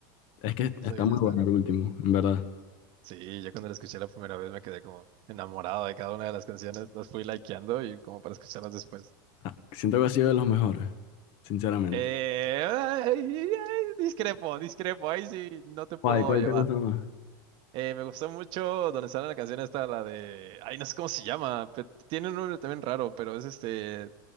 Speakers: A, on the left; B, on the right.
A: es que
B: soy
A: está
B: honesto.
A: muy bueno el último, en verdad.
B: Sí, yo cuando la escuché la primera vez me quedé como enamorado de cada una de las canciones, las fui likeando y como para escucharlas después.
A: Ah, siento que ha sido de los mejores, sinceramente.
B: Eh, ay, ay, discrepo, discrepo, ahí sí no te
A: ¿Cuál,
B: puedo
A: cuál
B: llevar.
A: te gusta más?
B: Eh, me gustó mucho donde sale la canción esta, la de, ay, no sé cómo se llama, pe- tiene un nombre también raro, pero es este,